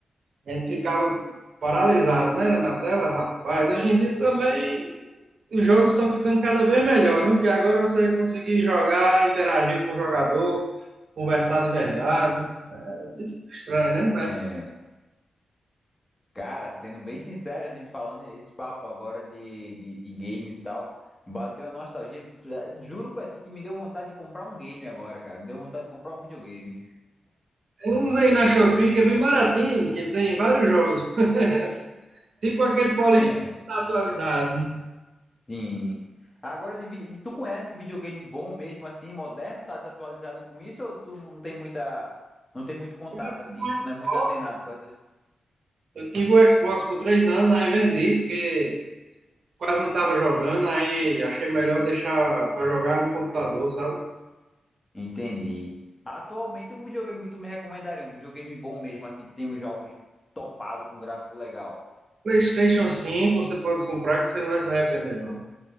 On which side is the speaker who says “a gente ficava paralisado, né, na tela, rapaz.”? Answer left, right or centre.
Right